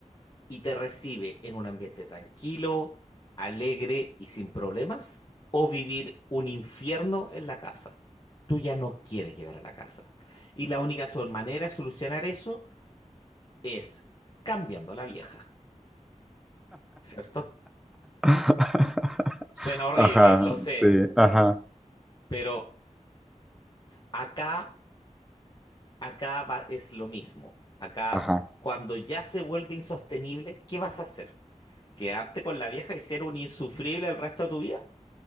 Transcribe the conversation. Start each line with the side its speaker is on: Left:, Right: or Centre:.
Left: y te recibe en un ambiente tranquilo, alegre y sin problemas, o vivir un infierno en la casa. Tú ya no quieres llegar a la casa. Y la única sol- manera de solucionar eso es cambiando a la vieja, ¿cierto?
Centre: <laughs>
Left: Suena horrible,
Centre: Ajá,
Left: lo sé,
Centre: sí, ajá,
Left: pero acá Acá va- es lo mismo. Acá,
Centre: ajá.
Left: cuando ya se vuelve insostenible, ¿qué vas a hacer? ¿Quedarte con la vieja y ser un insufrible el resto de tu vida?